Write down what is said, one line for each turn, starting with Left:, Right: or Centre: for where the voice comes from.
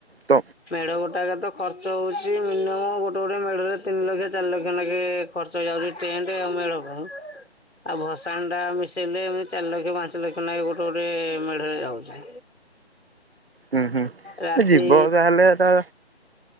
Right: ତ
Left: ମେଢ ଗୋଟ୍ ଟା ତ ଖର୍ଚ୍ଚ ହଉଛି ମିନିମମ୍ ଗୋଟେ ଗୋଟେ ମେଢରେ ତିନି ଲକ୍ଷ, ଚାରି ଲକ୍ଷ ଲେଖେ ଖର୍ଚ୍ଚ ହେଇ ଯାଉଛି। <unintelligible> ଆଉ ଭସାଣିଟା ମିଶେଇଲେ, ଏମତି ଚାରି ଲକ୍ଷ ପାଞ୍ଚ ଲକ୍ଷ ନେଖେ ଗୋଟେ ଗୋଟେ ମେଢରେ ଯାଉଛି।
Right: ହୁଁ, ହୁଁ,
Left: ରାତି
Right: ଯିବ ଯାହେଲେ ତା